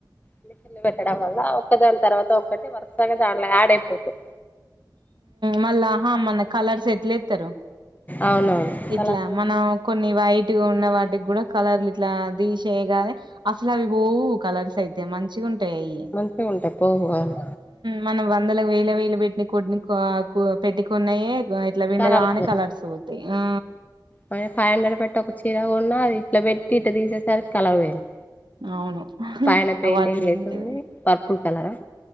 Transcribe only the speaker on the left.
ఇంజక్షన్లు పెట్టడం వల్ల ఒక దాని తర్వాత ఒక్కటి వరుసగా దాంట్లో యాడ్ అయిపోతాయి
అవునవును చాలా
సోల్
మంచిగా ఉంటాయి పోవు అవును
కలర్లు
మ ఫైవ్ హండ్రెడ్ పెట్టి ఒక చీర కొన్న అది ఇట్లా పెట్టి ఇట తీసే సారి కలర్ పొయింది
పైన పెయింటింగ్
వేసుంది పర్పుల్ కలరు